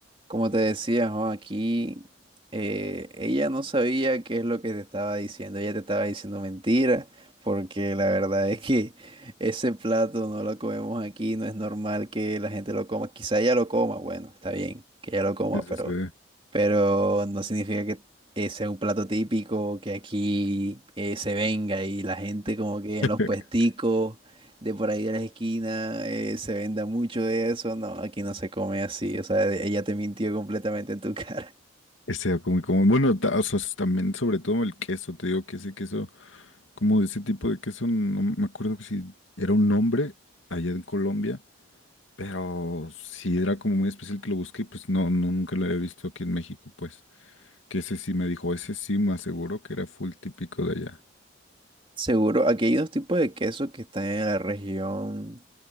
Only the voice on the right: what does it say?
Como te decía, jo, aquí eh, ella no sabía qué es lo que te estaba diciendo. Ella te estaba diciendo mentiras, porque la verdad es que <laughs> ese plato no lo comemos aquí, no es normal que la gente lo coma. Quizá ella lo coma, bueno, está bien que ella lo coma,
pero,
pero no significa que ese sea un plato típico, que aquí eh, se venga y la gente como que en
los puesticos de por ahí de las esquinas, eh, se venda mucho de eso. No, aquí no se come así. O sea, e- ella te mintió completamente en tu <laughs> cara.
Seguro, aquí hay unos tipos de queso que están en la región,